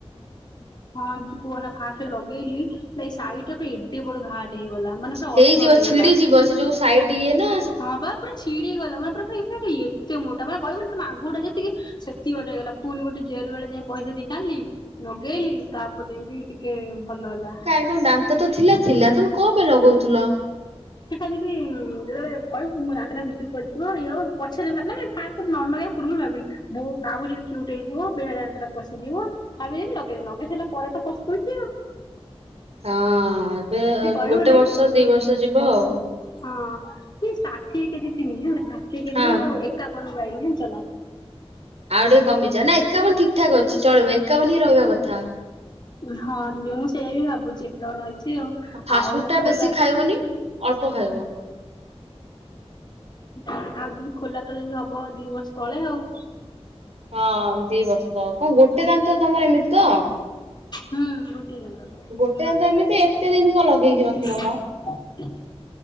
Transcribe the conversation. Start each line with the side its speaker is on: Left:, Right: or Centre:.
Left: ହଁ କୁହନା ଫାଷ୍ଟ ଲଗେଇଲି ଏଇ ସାଇଟି ରେ ଏଡେ ବଡ ଘା ହେଇଗଲା ମାନେ ପୁରା
Right: ହେଇଯିବ
Left: ଅସର ହେଇଗଲା।
Right: ଛିଡିଯିବ ଯୋଉ ସାଇଟି ଇଏନା
Left: ହଁ ବା ପୁରା ଛିଡି ଗଲା ମାନେ ପୁରା ପୁରୀ ଏତେ ମୋଟା ମାନେ କହିବନି ତମ ଆଗୁଟା ଯେତିକି ସେତିକି ବାଟ ହେଇଗଲା ପୁଣି ଗୋଟେ ଜେଲ ବେଳେ ଯାଇ ପଇସା ଦେଇକି ଆଇଲି। ଲଗେଇଲି ତାପରେ ଯେମତି ଟିକେ ଭଲ ହେଲା।
Right: କାଇଁ ତ ଦାନ୍ତ ତ ଥିଲା ଥିଲା ତମେ କଣ ପାଇଁ ଲଗଉଥିଲ।
Left: ଶିଖା ଦିଦି ଯେତେବେଳେ କହିବ ଦାନ୍ତଟା ଭିତରୁ ପସିଯିବ ଇଏ ହବ ପଛରେ ଭା ମାନେ ଫାଷ୍ଟ୍ ନନଗେଇବ। ପୂର୍ବରୁ ଭାବିଲି ବୋଉ ଆହୁରି କ୍ୟୁଟ୍ ହେଇଯିବ ବେହାଡ଼ା ଦାନ୍ତ ଟା ପଶିଯିବ‌। ଭାବିଦେଲି ଲଗେଇଦେଲି ଲଗେଇସାରିଲା ପରେ ତ ପସ୍ତଉଚି ତ ଆଉ।
Right: ହଁ ଏବେ
Left: ଯଦି କହିବନି
Right: ଗୋଟେ ବର୍ଷ ଦି ବର୍ଷ ଯିବ ଆଉ।
Left: ହଁ ଏଇ ଷାଠିଏ କେଜି ଥିଲି ହେଲା ଷାଠିଏ କେଜି
Right: ହଁ
Left: ରୁ। ଏକାବନ କୁ ଆଇଲି ଜାଣିଛ ନା।
Right: ଆଉ ଟିକେ କମିଯା ନା ଏକାବନ ଠିକ୍ ଠାକ୍ ଅଛି ଚଳିବ ଏକାବନ ହିଁ ରହିବା କଥା ଆଉ।
Left: ହଁ ଦିଦି ମୁଁ ସେଇଆ ବି ଭାବୁଛି ଏକାବନ ହେଇଛି ଆଉ।
Right: ଫାଷ୍ଟ
Left: ଆଉ
Right: ଫୁଡ୍ ଟା
Left: ଖୋଲା
Right: ବେଶୀ ଖାଇବନି ଅଳ୍ପ ଖାଇବ।
Left: ଆଉ ଯଦି ଖୋଲା ତ ଯେମିତି ହବ ଦି ବର୍ଷ ତଳେ ଆଉ।
Right: ହଁ ଦି ବର୍ଷ କଣ ଗୋଟେ ଦାନ୍ତ ତ ତମର ଏମିତି ତ।
Left: ହୁଁ ଗୋଟିଏ ଦାନ୍ତର।
Right: ଗୋଟେ ଦାନ୍ତ ଏମିତି ଏତେ ଦିନ କଣ ଲଗେଇକି ରଖିବ ମ।